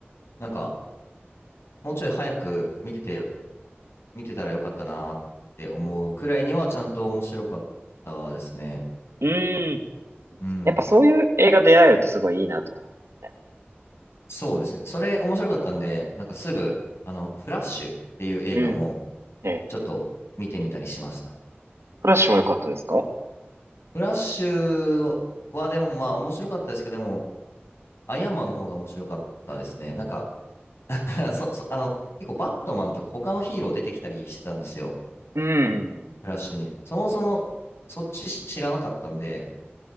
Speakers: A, on the left; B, on the right.
A: なんか、もうちょい早く見てて、見てたらよかったなーって思うくらいには、ちゃんと面白かったですね。
B: うーん。
A: うん。
B: やっぱそういう映画出会えるとすごいいいなと思うね。
A: そうですね。それ、面白かったんで、なんかすぐ、あの、フラッシュっていう映画も、
B: うん。ええ。
A: ちょっと見てみたりしました。
B: フラッシュも良かったですか
A: フラッシュは、でもまあ、面白かったですけども、アイアンマンの方が面白かったですね。なんか <laughs> そ、そ、あの、結構バットマンとか他のヒーロー出てきたりしてたんですよ。
B: うん。
A: フラッシュに。そもそも、そっち知らなかったんで、